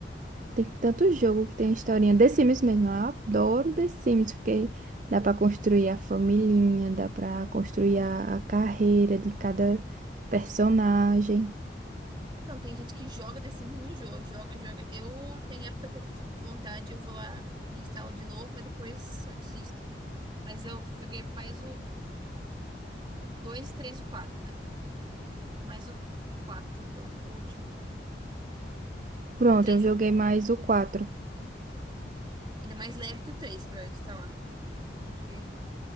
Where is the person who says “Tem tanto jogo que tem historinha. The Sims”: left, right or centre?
Right